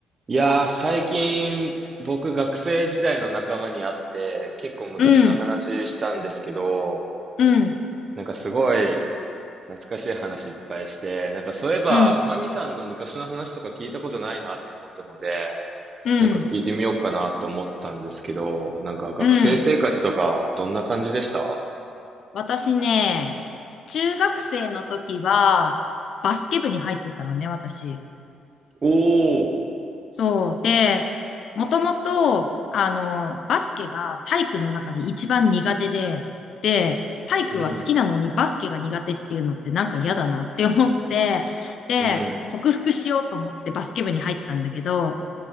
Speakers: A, on the right (about 35°); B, on the left (about 65°).
A: いやー、最近、僕、学生時代の仲間に会って、結構昔の話したんですけど、
B: うん、うん、
A: なんかすごい懐かしい話いっぱいして、なんかそういえば、
B: うん、
A: マミさんの昔の話とか聞いたことないなって思ったので、
B: うん、
A: なんか聞いてみようかなって思ったんですけど、なんか学生生活とか、
B: うん。
A: どんな感じでした
B: 私ね、中学生の時は、バスケ部に入ってたのね、私。
A: おお、
B: そう。で、もともと、あの、バスケが体育の中で一番苦手で、で、体育は好きなのにバスケが苦手っていうのってなんか嫌だなって思って、
A: うん、
B: で、
A: うん、
B: 克服しようと思ってバスケ部に入ったんだけど、